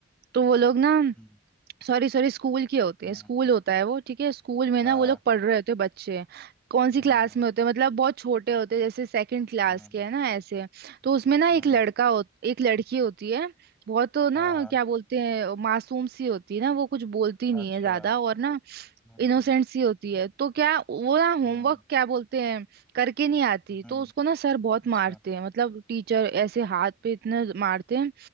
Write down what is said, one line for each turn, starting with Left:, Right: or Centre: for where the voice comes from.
Right: तो वो लोग ना
Centre: हम्म
Right: सॉरी सॉरी स्कूल की होती
Centre: हम्म,
Right: है स्कूल होता है वो ठीक है स्कूल में
Centre: हाँ
Right: ना वो लोग पढ़ रहे होते हैं बच्चे कौन सी
Centre: हम्म
Right: क्लास में होते हैं मतलब बहुत छोटे होते हैं जैसे सेकंड क्लास
Centre: हम्म
Right: के है ना ऐसे तो उसमें ना एक
Centre: हम्म,
Right: लड़का हो एक लड़की होती है बहुत ना
Centre: हाँ हाँ
Right: क्या बोलते हैं मासूम सी होती है ना वो कुछ बोलती नहीं
Centre: अच्छा
Right: है ज्यादा और ना
Centre: हम्म
Right: इनोसेंट सी होती है तो क्या वो ना होमवर्क
Centre: हम्म
Right: क्या बोलते हैं करके नहीं आती
Centre: हम्म,
Right: तो उसको ना सर बहुत
Centre: अच्छा
Right: मारते हैं मतलब टीचर ऐसे हाथ पे इतने मारते हैं